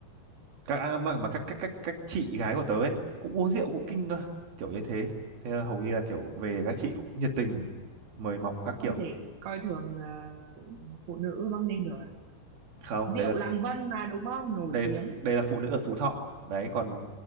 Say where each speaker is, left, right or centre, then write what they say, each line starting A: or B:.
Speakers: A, on the right; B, on the right.
A: các à, mà, mà các các các các chị gái của tớ ấy cũng uống rượu cũng kinh cơ, kiểu như thế. Thế là hầu như là kiểu về các chị cũng nhiệt tình mời mọc các
B: không
A: kiểu.
B: thể coi thường ờ, phụ nữ Bắc Ninh được à.
A: Không,
B: rượu
A: đây là
B: Làng Vân mà đúng không nổi
A: đây
B: tiếng
A: đây là phụ nữ ở Phú Thọ. Đấy còn